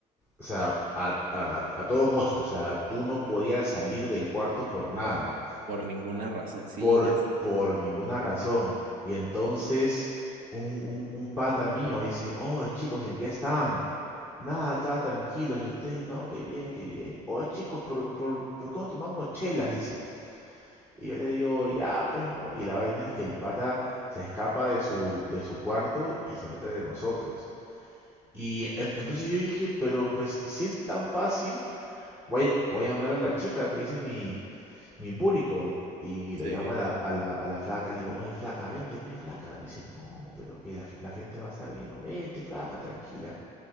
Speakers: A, on the right; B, on the right.
A: o sea, a, a- a todo costo, o sea, tú no podías salir del cuarto por nada,
B: Por ninguna razón, sí,
A: por,
B: ya sé.
A: por ninguna razón. Y entonces un, un, un pata mío dice, oh, chicos, ¿en qué están? Nada, acá tranquilos, y ustedes, no, qué bien, qué bien. Oye, chicos, ¿por, por, por qué no tomamos chelas? Dice. Y yo le digo, ya, pues, ¿no? Y la vaina es que el pata se escapa de su, de su cuarto y se mete de nosotros. Y en- entonces yo dije, pero pues si es tan fácil, voy, a- voy a llamar a la chica, me dice mi, mi búrico. Y le
B: Sí.
A: llamo a la, a la, a la flaca, le digo, oye flaca, vente, pe flaca. Me dice, no, pero que la, g- la gente va a estar viendo, vente flaca, tranquila.